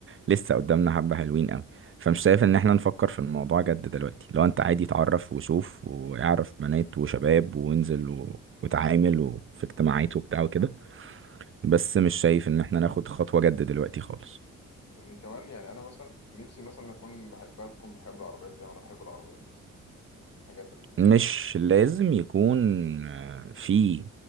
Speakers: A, on the right (about 40°); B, on the left (about 50°).
A: لسه قدامنا حبة حلوين قوي فمش شايف
B: لأن
A: ان احنا نفكر في الموضوع جد دلوقتي لو انت عادي اتعرف وشوف واعرف بنات وشباب وانزل و... وتعامل وفي اجتماعات وبتاع وكده بس مش شايف ان احنا ناخد خطوة جد دلوقتي خالص
B: يعني كمان يعني أنا مثلا نفسي مثلا أكون بحبها تكون بحب العربيات زي ما أنا بحب العربيات مثلا الحاجات اللي
A: مش لازم
B: بحبها
A: يكون آه، في